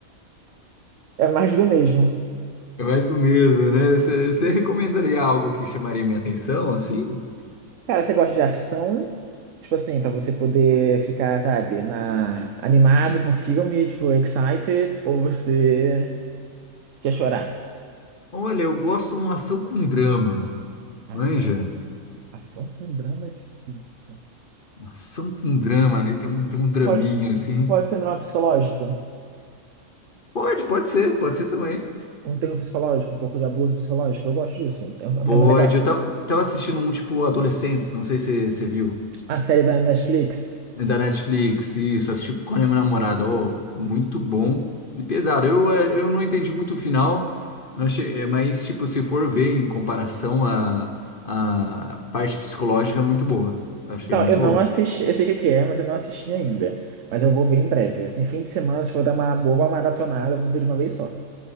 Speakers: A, on the right (about 65°); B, on the left (about 40°).
A: É mais do mesmo.
B: É mais do mesmo, né? Você recomendaria algo que chamaria minha atenção, assim?
A: Cara, você gosta de ação? Tipo assim, pra você poder ficar, sabe, na... animado com o filme, tipo, excited, ou você quer chorar?
B: Olha, eu gosto de uma ação com drama,
A: Ação,
B: manja?
A: ação com drama é difícil.
B: Uma ação com drama, né? Tem um, tem um draminha,
A: Pode,
B: assim.
A: pode ser um drama psicológico,
B: Pode, pode ser, pode ser também.
A: um terror psicológico, um pouco de abuso psicológico. Eu gosto disso, é um é um
B: Pode,
A: tema legal.
B: eu tava, tava assistindo um tipo Adolescentes, não sei se você viu,
A: A série da Netflix?
B: da Netflix, isso, assisti com a minha namorada, ó, muito bom e pesado. Eu, eh, eu não entendi muito o final, não achei, eh, mas tipo, se for ver em comparação à à parte psicológica, é muito boa. Achei
A: Então,
B: muito
A: eu não
B: boa.
A: assisti, eu sei o que que é, mas eu não assisti ainda. Mas eu vou ver em breve. Assim, fim de semana, acho que eu vou dar uma boa maratonada, eu vou ver de uma vez só.